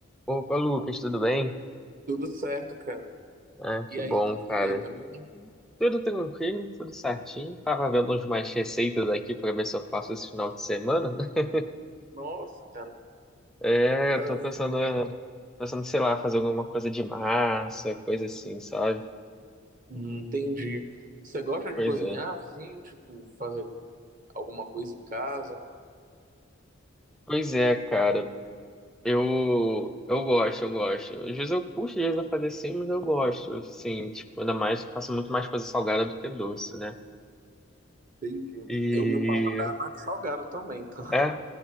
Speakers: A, in the centre; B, on the right (about 40°).
A: Opa, Lucas, tudo bem?
B: Tudo certo, cara.
A: Ah,
B: E
A: que
B: aí,
A: bom,
B: tá tudo
A: cara.
B: bem também?
A: Tudo tranquilo, tudo certinho. Tava vendo umas mais receitas aqui pra ver se eu faço esse final de semana, <laughs>
B: Nossa, cara,
A: É,
B: interessante.
A: eu tô pensando, pensando, sei lá, fazer alguma coisa de massa, coisa assim, sabe?
B: Hum, Entendi. Você gosta
A: Pois
B: de cozinhar,
A: é.
B: assim, tipo, fazer alguma coisa em casa?
A: Pois é, cara. Eu, eu gosto, eu gosto. Às vezes eu puxo, às vezes eu fazer sim, mas eu gosto, assim, tipo, ainda mais, eu faço muito mais coisa salgada do que doce, né?
B: Entendi.
A: E,
B: Eu, meu paladar é mais salgado também, tá?
A: é.